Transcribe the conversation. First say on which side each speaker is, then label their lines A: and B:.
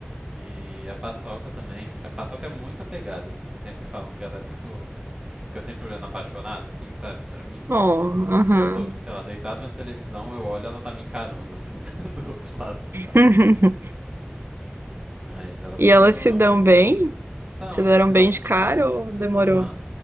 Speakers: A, on the right; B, on the right.
A: E a paçoca também. A paçoca é muito apegada, assim. Sempre falam que ela é muito. Tipo, fica sempre olhando apaixonada, assim, sabe? Pra mim.
B: Oh,
A: E, tipo,
B: aham.
A: eu tô, sei lá, deitado vendo televisão, eu olho e ela tá me encarando, assim, <laughs> do outro lado do quarto.
B: <laughs>
A: Mas elas são
B: E elas
A: muito amorzinhos,
B: se dão bem?
A: assim. São,
B: Se deram
A: se dão
B: bem
A: muito
B: de cara
A: bem.
B: ou demorou?
A: Aham.